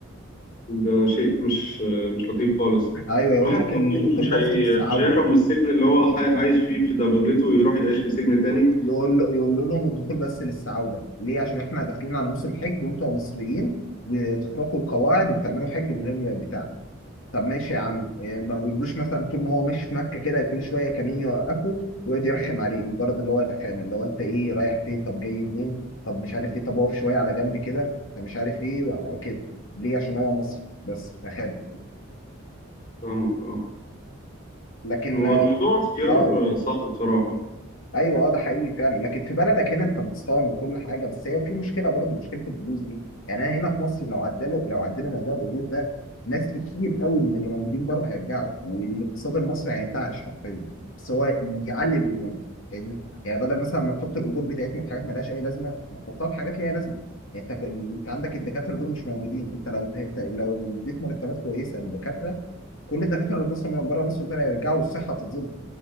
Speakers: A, on the left; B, on the left.
A: ده شيء مش مش لطيف خالص
B: ايوه يقول
A: الواحد
B: لك الدخول
A: برضه مش
B: بس
A: هي
B: للسعوده
A: مش هيهرب من السجن اللي هو حي- عايش فيه في دبلته ويروح يعيش في سجن تاني
B: يقول له يقول لهم الدخول بس للسعوده ليه عشان احنا داخلين على موسم حج وانتوا مصريين بتخرقوا القواعد وبتعملوا حج من غير بتاع طب ماشي يا عم يعني ما بيجيبوش مثلا طول ما هو ماشي في مكه كده كل شويه كمين يوقفه ويقعد يرخم عليه مجرد اللي هو الرخامه اللي هو انت ايه رايح فين طب جاي منين طب مش عارف ايه طب اقف شويه على جنب كده طب مش عارف ايه و- كده ليه عشان هو مصري بس رخامه
A: فاهمك اه
B: لكن
A: هو الموضوع اختيار
B: اه
A: آه، صعب بصراحه
B: ايوه اه ده حقيقي فعلا لكن في بلدك هنا انت متصان وكل حاجه بس هي في مشكله برضو مشكله الفلوس دي يعني انا هنا في مصر لو عدلوا لو عدلوا موضوع الاجور ده ناس كتير قوي من اللي موجودين بره هيرجعوا والاقتصاد المصري هينتعش حرفيا بس هو يعلي الاجور يعني يعني بدل مثلا ما نحط الاجور بتاعتنا في حاجات مالهاش اي لازمه نحطها في حاجات ليها لازمه يعني انت انت عندك الدكاتره دول مش موجودين انت لو ت- لو اديت مرتبات كويسه للدكاتره كل الدكاتره اللي بصوا من بره مصر دول هيرجعوا والصحه هتتظبط